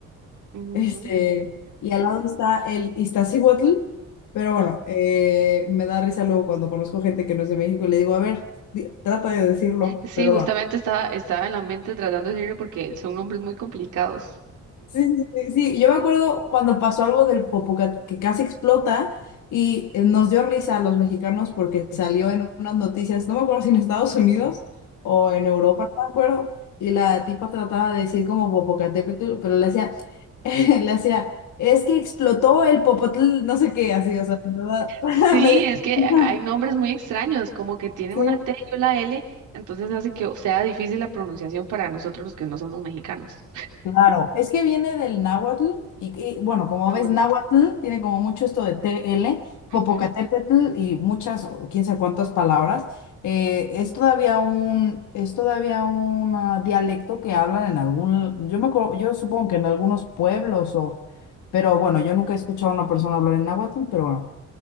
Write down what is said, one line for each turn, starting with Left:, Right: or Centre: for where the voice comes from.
Right: Ujú,
Left: Este,
Right: ujú.
Left: y al lado está el Iztaccíhuatl, pero bueno,
Right: Ah,
Left: eh, me da risa luego cuando conozco gente que no es de México y le digo, a ver, di- trata de decirlo,
Right: Sí,
Left: pero
Right: justamente
Left: bueno.
Right: estaba, estaba en la mente tratando de decirlo porque son nombres muy complicados.
Left: Sí, sí, sí, sí. yo me acuerdo cuando pasó algo del Popocatépetl que que casi explota y eh, nos dio risa a los mexicanos porque salió en unas noticias, no me acuerdo si en Estados Unidos o en Europa, no me acuerdo, y la tipa trataba de decir como Popocatépetl, pero le hacía, <laughs> le hacía, es que explotó el Popotl, no sé qué, así, o sea, ¿verdad? <laughs>
Right: Sí,
Left: Me-
Right: es que
Left: <laughs>
Right: hay nombres muy extraños, como que tienen
Left: Sí.
Right: una T y una L, entonces hace que sea difícil la pronunciación para nosotros los que no somos mexicanos.
Left: Claro, es que viene del náhuatl y, y, bueno, como
Right: Ah,
Left: ves,
Right: bueno.
Left: náhuatl tiene como mucho esto de TL, Popocatépetl
Right: Ujú,
Left: y muchas, o quién sabe cuántas palabras. Eh, es todavía un, es todavía un ah, dialecto que hablan en algún, yo me acuerdo- yo supongo que en algunos pueblos o, pero bueno, yo nunca he escuchado a una persona hablar en náhuatl, pero bueno.